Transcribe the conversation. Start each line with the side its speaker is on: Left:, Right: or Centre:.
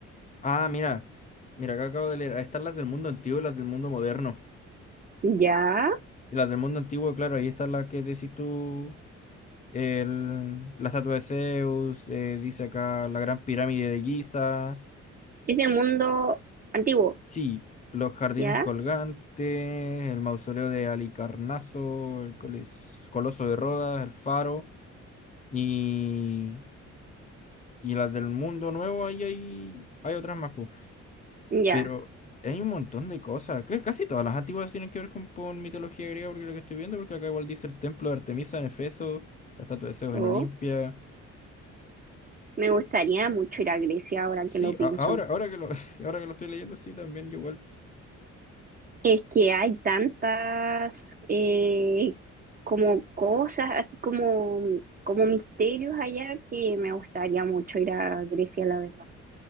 Left: Ah, mira. Mira, acá acabo de leer. Ahí están las del mundo antiguo y las del mundo moderno.
Right: Ya,
Left: Y las del mundo antiguo, claro, ahí está la que decís tú. El, la estatua de Zeus, eh, dice acá la gran pirámide de Giza.
Right: es el mundo antiguo,
Left: Sí, los jardines
Right: ya,
Left: colgantes, el mausoleo de Alicarnaso, el colis- Coloso de Rodas, el Faro y, y las del Mundo Nuevo, ahí hay, hay otras más, pu.
Right: ya.
Left: Pero hay un montón de cosas, que casi todas las antiguas tienen que ver con, con mitología griega, porque lo que estoy viendo, porque acá igual dice el templo de Artemisa en Efeso, la estatua de Zeus
Right: Oh,
Left: en Olimpia.
Right: me gustaría mucho ir a Grecia ahora
Left: Sí,
Right: que lo pienso.
Left: a- ahora, ahora que lo, <laughs> ahora que lo estoy leyendo, sí, también yo igual
Right: Es que hay tantas eh, como cosas, así como, como misterios allá que me gustaría mucho ir a Grecia, la verdad.